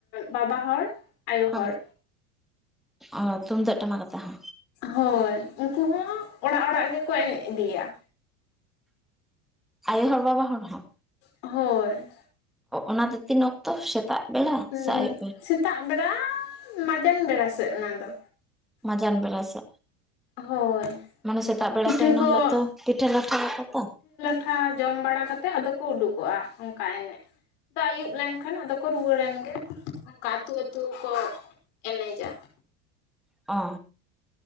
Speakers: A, on the left; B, in the centre.
A: ᱵᱟᱵᱟ ᱦᱚᱲ ᱟᱭᱳ
B: ᱦᱮᱸ
A: ᱦᱚᱲ
B: ᱚ ᱛᱩᱢᱫᱟᱹᱜ ᱴᱟᱢᱟᱠ ᱟᱛᱮ ᱦᱚ
A: ᱦᱳᱭ ᱩᱱᱠᱩ ᱦᱚᱸ ᱚᱲᱟᱜ ᱚᱲᱟᱜ ᱜᱮᱠᱚ ᱮᱱᱮᱡ ᱤᱫᱤᱭᱟ
B: ᱟᱭᱚ ᱦᱚᱲ ᱵᱟᱵᱟ ᱦᱚᱲ ᱦᱚᱸ
A: ᱦᱳᱭ
B: ᱚᱱᱟᱫᱚ ᱛᱤᱱ ᱚᱠᱛᱚ ᱥᱮᱛᱟᱜ ᱵᱮᱲᱟ
A: ᱦ
B: ᱥᱮ ᱟᱹᱭᱩᱵ ᱵᱮᱲᱟ
A: ᱥᱮᱛᱟᱜ ᱵᱮᱲᱟ ᱢᱟᱡᱟᱱ ᱵᱮᱲᱟ ᱥᱮᱫ ᱚᱱᱟ ᱫᱚ
B: ᱢᱟᱡᱟᱱ ᱵᱮᱲᱟ ᱥᱮ
A: ᱦᱳᱭ
B: ᱢᱟᱱᱮ ᱥᱮᱛᱟᱜ ᱵᱮᱲᱟ
A: ᱯᱤᱴᱷᱟᱹ
B: ᱫᱚ ᱤᱱᱟ
A: ᱠᱚ
B: ᱦᱤᱞᱚᱜ ᱫᱚ ᱯᱤᱴᱷᱟᱹ ᱞᱟᱴᱷᱟ ᱛᱚ
A: ᱴᱚᱴᱷᱟ ᱡᱚᱢ ᱵᱟᱲᱟ ᱠᱟᱛᱮᱫ ᱟᱫᱚ ᱠᱚ ᱩᱰᱩᱠᱚᱜᱼᱟ ᱚᱱᱠᱟ ᱮᱱᱮᱡ ᱫᱟᱜ ᱟᱹᱭᱩᱵ ᱞᱮᱱᱠᱷᱟᱱ ᱟᱫᱚ ᱠᱚ ᱨᱩᱣᱟᱹᱲᱮᱱ ᱜᱮ ᱚᱱᱠᱟ ᱟᱹᱛᱩ ᱟᱹᱛᱩ ᱠᱚ ᱮᱱᱮᱡᱟ
B: ᱚ